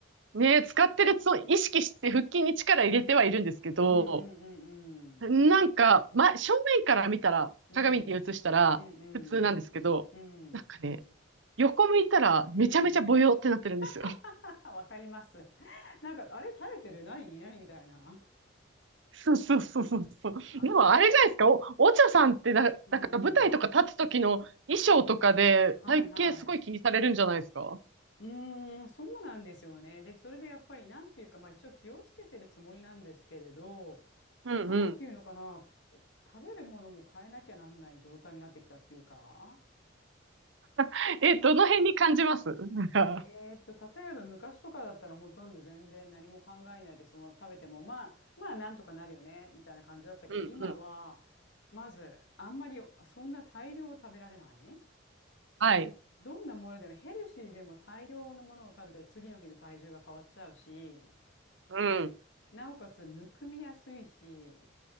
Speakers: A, on the right; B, on the left.
A: ねえ、使ってるそう意識して腹筋に力入れてはいるんですけど、
B: うんうんうんうん。
A: なんか、ま、正面から見たら、
B: うん
A: 鏡に映したら普通なんですけど、
B: うんうん。うん
A: なんかね、横向いたらめちゃめちゃボヨってなってるんですよ。
B: うん <laughs> わかります。<laughs> なんか、あれ垂れてる何何みたいな。
A: そうそうそうそうそう。
B: ああ。
A: でもあれじゃないですか、お、お茶さんってな、
B: うんうん。
A: なんか舞台とか立つ時の衣装とかで体型すごい気にされるんじゃないですか
B: はいはい。うーん、そうなんですよね。で、それでやっぱり、なんていうか、まあ一応気をつけてるつもりなんですけれど、
A: うんうん。
B: なんていうのかな、食べるものも変えなきゃなんない状態になってきたっていうか、
A: <laughs> え、どの辺に感じますなんか、
B: えーっと、例えば昔とかだったらほとんど全然何も考えないでそのまま食べても、まあ、まあなんとかなるよね、みたいな感じだったけど、
A: <laughs> うんうん。
B: 今は、まず、あんまりそんな大量を食べられない。
A: はい。
B: どんなものでもヘルシーでも大量のものを食べたら次の日の体重が変わっちゃうし、
A: うん。
B: なおかつむくみやすいしっ